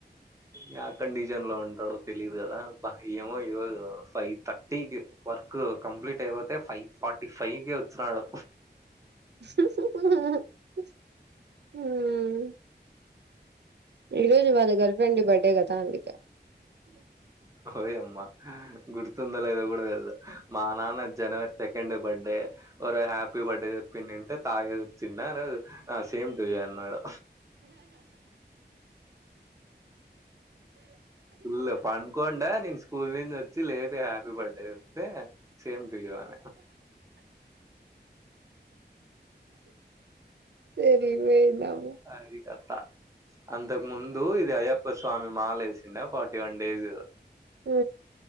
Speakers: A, on the right (about 15°); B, on the right (about 70°).
A: యా కండిషన్ లో ఉంటాడో తెలీదు కదా మాకు ఏమో ఈ రోజు ఫైవ్ థర్టీకి వర్క్ కంప్లీట్ అయిపోతే ఫైవ్ ఫార్టీ ఫైవ్కి వచ్చినాడు.
B: హ్ హూ హ్ మ్ హు ఈ రోజు వాళ్ళ గర్ల్ ఫ్రెండ్ బర్త్డే కదా అందుకే
A: ఓయమ్మా గుర్తుందో లేదో కూడా తెల్దు మా నాన్న జనవరి సెకండ్ బర్త్డే. ఒక రోజు హ్యాపీ బర్త్డే చెప్పింటే తాగిసి వచ్చిండ ఆ రోజు. ఆ సేమ్ టు యు అన్నాడు. ఫుల్ పండుకోండ నేను స్కూల్ నుంచి వచ్చి లేపి హ్యాపీ బర్త్డే చెప్తే సేమ్ టూ యూ అన్నాడు.
B: సరి పోయిందమ్మ
A: అది కథ అంతకు ముందు ఇది అయ్యప్ప అయప్పస్వామి మాల వేసిండ ఫార్టీ వన్ డేస్.
B: మ్